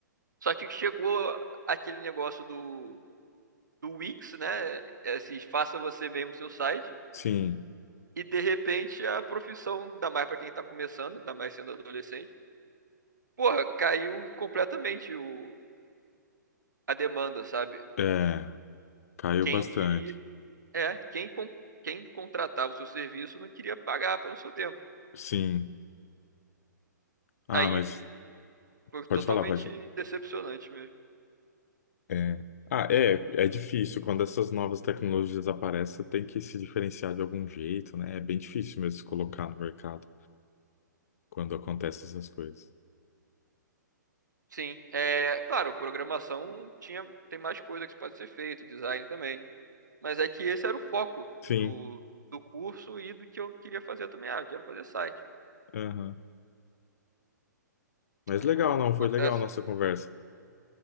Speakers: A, on the right; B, on the left.
A: Só que chegou aquele negócio do, do Wix, né? Esses faça você mesmo seu site.
B: sim.
A: E de repente a profissão, ainda mais para quem tá começando, ainda mais sendo adolescente, porra, caiu completamente o, a demanda, sabe?
B: É, caiu
A: Quem
B: bastante.
A: queria. É, quem, com- quem contratava o seu serviço não queria pagar pelo seu tempo.
B: Sim. Ah,
A: Aí
B: mas
A: foi totalmente
B: pode falar, pode falar.
A: decepcionante mesmo.
B: É. Ah, é, é difícil. Quando essas novas tecnologias aparecem, você tem que se diferenciar de algum jeito, né? É bem difícil mesmo se colocar no mercado quando acontecem essas coisas.
A: Sim, é, claro, programação tinha, tem mais coisa que pode ser feito, design também. Mas é que esse era o foco
B: Sim.
A: do, do curso e do que eu queria fazer também. Ah, eu quero fazer site.
B: aham. Mas
A: É,
B: legal, não, foi
A: acontece.
B: legal a nossa conversa.